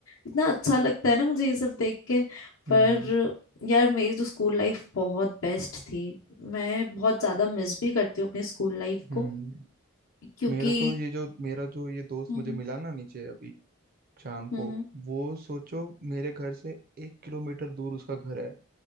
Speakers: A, on the left (about 70°); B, on the right (about 45°).
A: इतना अच्छा लगता है ना मुझे ये सब देख के
B: हम्म
A: पर यार मेरी तो स्कूल लाइफ बहुत बेस्ट थी मैं बहुत ज्यादा मिस भी करती हूँ अपनी स्कूल लाइफ
B: हम्म
A: को क्योंकि
B: मेरा तो ये जो मेरा जो ये दोस्त
A: हम्म
B: मुझे मिला ना नीचे अभी शाम को
A: हम्म हम्म,
B: वो सोचो मेरे घर से एक किलोमीटर दूर उसका घर है